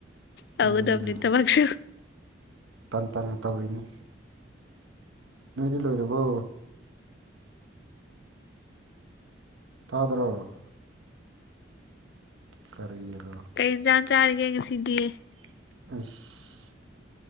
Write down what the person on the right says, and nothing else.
ꯑꯗꯨꯅꯤ
ꯇꯟ ꯇꯟꯅ ꯇꯧꯔꯤꯅꯤ ꯅꯣꯏꯗꯤ ꯂꯣꯏꯔꯕꯣ ꯇꯥꯗꯔꯣ ꯀꯔꯤꯔꯣ
ꯑꯁ